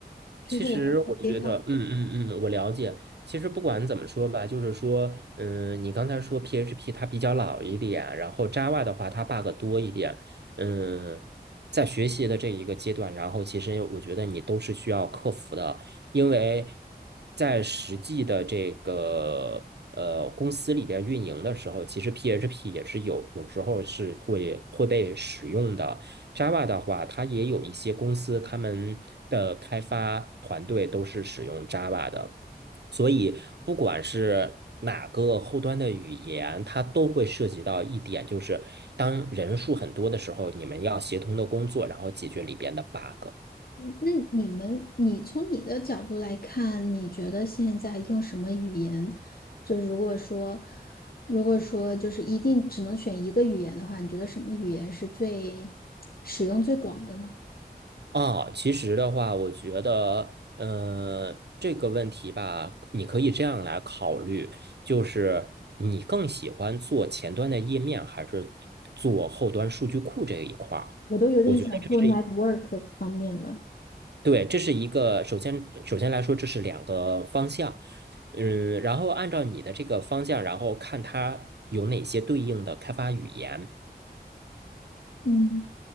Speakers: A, on the left; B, on the right.
A: 就是我们用
B: 其实我觉得，
A: GitHub。
B: 嗯嗯嗯，我了解。其实不管怎么说吧，就是说，嗯，你刚才说 PHP 它比较老一点，然后 Java 的话它 bug 多一点，嗯，在学习的这一个阶段，然后其实我觉得你都是需要克服的，因为在实际的这个呃公司里边运营的时候，其实 PHP 也是有有时候是会会被使用的。Java 的话，它也有一些公司，他们的开发团队都是使用 Java 的，所以不管是哪个后端的语言，它都会涉及到一点，就是当人数很多的时候，你们要协同的工作，然后解决里边的 bug。
A: 那你们，你从你的角度来看，你觉得现在用什么语言？就是如果说，如果说就是一定只能选一个语言的话，你觉得什么语言是最使用最广的呢？
B: 啊，其实的话，我觉得，嗯、这个问题吧，你可以这样来考虑，就是你更喜欢做前端的页面，还是做后端数据库这一块儿？
A: 我都有点想做
B: 我觉得这是一
A: network 方面了。
B: 对，这是一个，首先，首先来说，这是两个方向，嗯，然后按照你的这个方向，然后看它有哪些对应的开发语言。
A: 嗯